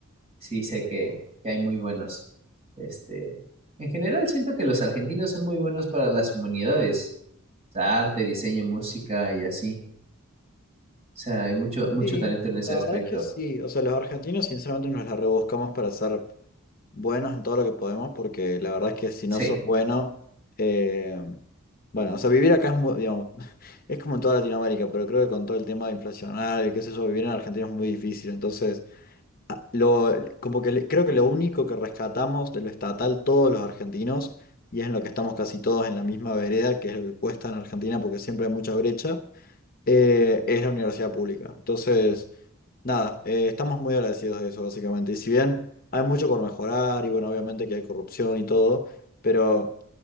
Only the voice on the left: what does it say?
Sí,
la
verdad es que sí. O sea, los argentinos sinceramente nos la rebuscamos para ser buenos en todo lo que podemos, porque la verdad es que si
no sos bueno, eh, bueno, o sea, vivir acá es muy, digamos, <laughs> es como en toda Latinoamérica, pero creo que con todo el tema inflacionario, y qué sé yo, vivir en Argentina es muy difícil. Entonces, a- lo, como que le- creo que lo único que rescatamos de lo estatal todos los argentinos, y es en lo que estamos casi todos en la misma vereda, que es lo que cuesta en Argentina, porque siempre hay mucha brecha eh, es la universidad pública. Entonces, nada, eh, estamos muy agradecidos de eso, básicamente. Y si bien hay mucho por mejorar, y bueno, obviamente que hay corrupción y todo, pero